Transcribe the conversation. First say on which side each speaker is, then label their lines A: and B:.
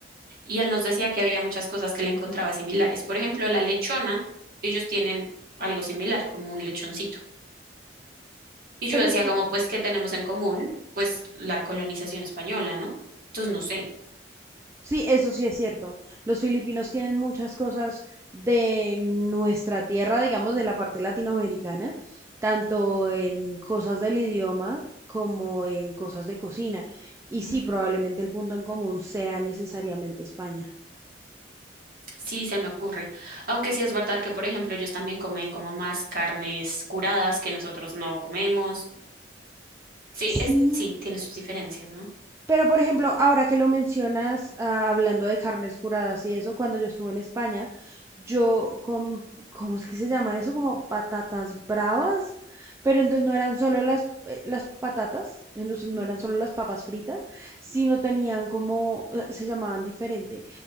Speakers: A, on the right (about 55°); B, on the right (about 15°).
A: y él nos decía que había muchas cosas que le encontraba similares. Por ejemplo, la lechona, ellos tienen algo similar, como un lechoncito. Y yo
B: Pero
A: decía
B: es que
A: como, pues, ¿qué tenemos en común? Pues la colonización española, ¿no? Entonces, no sé.
B: Sí, eso sí es cierto. Los filipinos tienen muchas cosas de nuestra tierra, digamos, de la parte latinoamericana, tanto en cosas del idioma como en cosas de cocina. Y
A: Ujú.
B: sí, probablemente el punto en común sea necesariamente España.
A: Sí, se me ocurre. Aunque sí es verdad que, por ejemplo, ellos también comen como más carnes curadas que nosotros no comemos. Sí,
B: Sí,
A: es, sí, tiene sus diferencias, ¿no?
B: Pero, por ejemplo, ahora que lo mencionas, ah, hablando de carnes curadas y eso, cuando yo estuve en España, yo con, ¿cómo es que se llama eso? Como patatas bravas, pero entonces no eran solo las, eh, las patatas, entonces no
A: Ujú.
B: eran solo las papas fritas, sino tenían como, eh, se llamaban diferente,